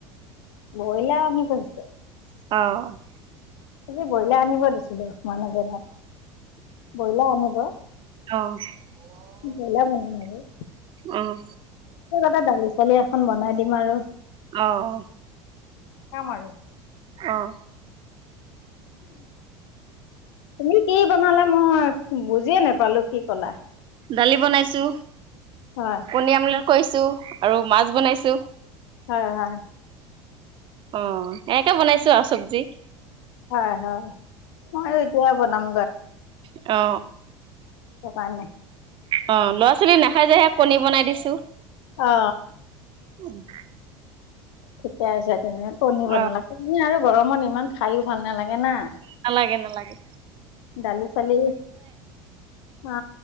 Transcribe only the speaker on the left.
ব্ৰইলাৰ আনি থৈছে।
আজি ব্ৰইলাৰ আনিব দিছিলো, মানুহজনক। ব্ৰইলাৰ আনিব,
ব্ৰইলাৰ বনাম আৰু,
এ দালি চালি এখন বনাই দিম আৰু,
খাম আৰু,
তুমি কি বনালা মই বুজিয়ে নোপালো কি ক'লা?
হয়
হয় হয়।
হয়-হয় মই এতিয়া বনাম
টোকানে।
অ।
থিকে আছে। তে কণী বনলাক।
কণী আৰু গৰমত ইমান খায়ো ভাল নালাগে না।
দালি চালি, অ